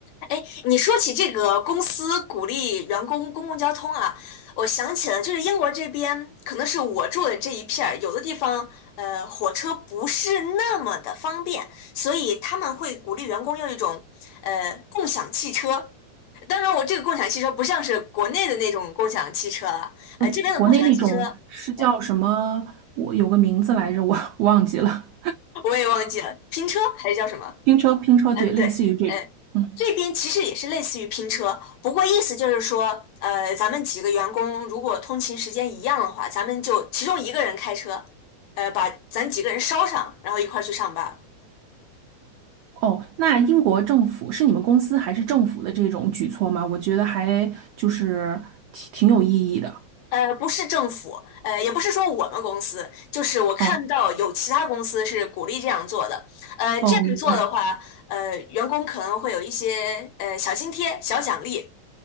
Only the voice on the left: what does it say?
哎，你说起这个公司鼓励员工公共交通啊，我想起了，就是英国这边，可能是我住的这一片儿，有的地方呃火车不是那么的方便，所以他们会鼓励员工用一种呃共享汽车。当然，我这个共享汽车不像是国内的那种共享汽车了，
呃，这边的共享汽车
呃
我也忘记了，拼车还是叫什么？
嗯，
对，嗯，
这边其实也是类似于拼车，不过意思就是说，呃，咱们几个员工如果通勤时间一样的话，咱们就其中一个人开车，呃，把咱几个人捎上，然后一块儿去上班
呃，不是政府，呃，也不是说我们公司，就是我看到有其他公司是鼓励这样做的。
呃，
这样做的话，
呃，员工可能会有一些呃小津贴、小奖励。